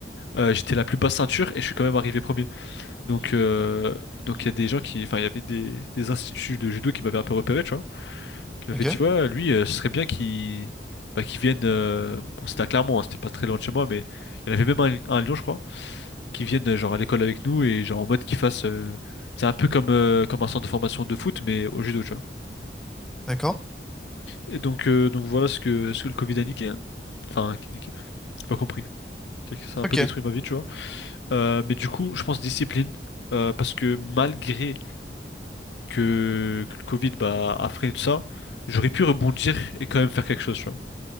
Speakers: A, on the left; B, in the centre.
A: euh, j'étais la plus basse ceinture et je suis quand même arrivé premier. Donc, euh, donc il y a des gens qui, enfin, il y avait des, des instituts de judo qui m'avaient un peu repéré, tu vois. qui m'avait
B: Ok.
A: dit ouais lui euh, ce serait bien qu'il bah, qu'il vienne euh, bon, c'était à Clermont hein, c'était pas très loin de chez moi mais il y en avait même un, un à Lyon je crois qui vienne euh, genre à l'école avec nous et genre en mode qu'il fasse euh, c'est un peu comme euh, comme un centre de formation de foot mais au judo tu vois
B: D'accord.
A: et donc euh, donc voilà ce que ce que le Covid a niqué hein. enfin qui niqué j'ai pas compris C'est que ça a
B: Ok.
A: un peu détruit ma vie tu vois Euh, mais du coup je pense discipline euh, parce que malgré que, que le Covid bah, a freiné tout ça j'aurais pu rebondir et quand même faire quelque chose tu vois